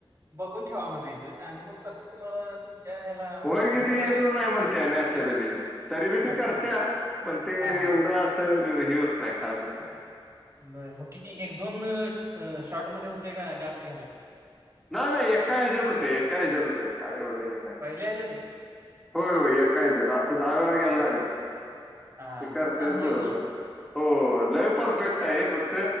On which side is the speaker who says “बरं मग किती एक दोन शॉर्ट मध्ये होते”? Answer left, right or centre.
Right